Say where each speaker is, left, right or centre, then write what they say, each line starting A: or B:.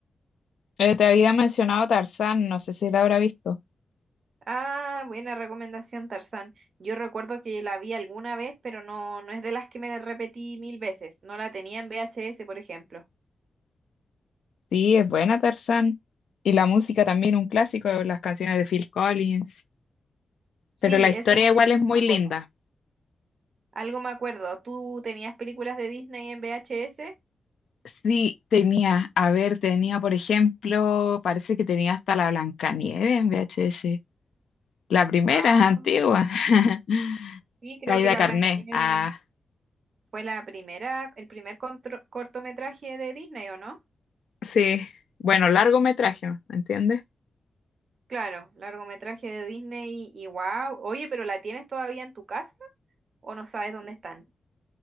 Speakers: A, on the left; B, on the right.
A: Eh, te había mencionado Tarzán, no sé si la habrá visto.
B: Ah, buena recomendación, Tarzán. Yo recuerdo que la vi alguna vez, pero no, no es de las que me repetí mil veces. No la tenía en VHS, por ejemplo.
A: Sí, es buena Tarzán. Y la música también, un clásico, las canciones de Phil Collins.
B: Sí,
A: Pero la historia
B: eso me,
A: igual
B: me
A: es muy
B: acuerdo.
A: linda.
B: Algo me acuerdo. ¿Tú tenías películas de Disney en VHS?
A: Sí, tenía, a ver, tenía, por ejemplo, parece que tenía hasta la Blancanieves en VHS. La primera,
B: Ah,
A: antigua. <laughs>
B: sí, creo
A: Caída
B: que la
A: Carné.
B: Blancanieves
A: Ah,
B: fue la primera, el primer contro- cortometraje de Disney, ¿o no?
A: sí. Bueno, largometraje, ¿me entiendes?
B: Claro, largometraje de Disney y wow. Oye, pero ¿la tienes todavía en tu casa o no sabes dónde están?